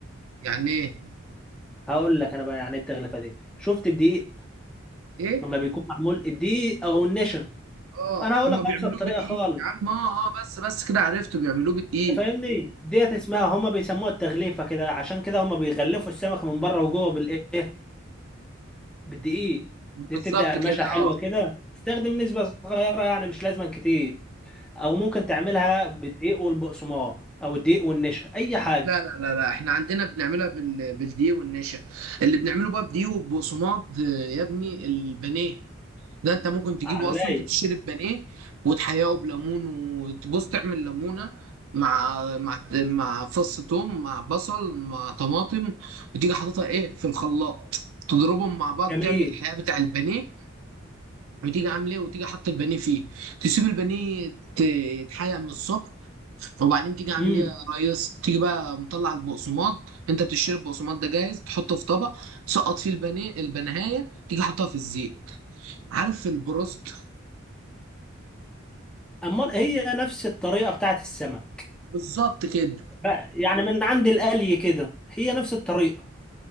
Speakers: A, on the right (about 85°); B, in the centre.
A: يعني ايه
B: هقول لك انا بقى يعني ايه التغليفه دي شفت الدقيق
A: ايه
B: لما بيكون معمول الدقيق او النشا
A: اه
B: انا هقول
A: هم
B: لك
A: بيعملوه
B: ابسط طريقه
A: بدقيق
B: خالص
A: يا عم اه اه بس بس كده عرفته بيعملوه بدقيق
B: أنت فاهمني ديت اسمها هم بيسموها التغليفه كده عشان كده هم بيغلفوا السمك من بره وجوه بالايه بالدقيق دي
A: بالظبط
B: بتدي قرمشه
A: كده
B: حلوه
A: اه
B: كده استخدم نسبه صغيره يعني مش لازم كتير او ممكن تعملها بالدقيق والبقسماط او الدقيق والنشا اي حاجه
A: لا لا لا لا احنا عندنا بنعملها بال... بالدقيق والنشا اللي بنعمله بقى بدقيق وبصماد آه، يا ابني البانيه ده انت ممكن تجيبه
B: على الرايق
A: اصلا انت بتشتري البانيه وتحياه بليمون وتبص تعمل ليمونه مع مع مع فص ثوم مع بصل مع طماطم وتيجي حاططها ايه في الخلاط تضربهم مع بعض
B: جميل
A: تعمل الحياه بتاع البانيه وتيجي عامل ايه وتيجي حاطط البانيه فيه تسيب البانيه ت- يتحرق من الصبح وبعدين تيجي عامل
B: امم
A: ايه يا ريس تيجي بقى مطلع البقسماط انت بتشتري البقسماط ده جاهز تحطه في طبق سقط فيه البانيه البنهايه تيجي حاطها في الزيت عارف البروست
B: أمال هي نفس الطريقة بتاعت السمك
A: بالظبط كده
B: بقى يعني من عند القلي كده هي نفس الطريقة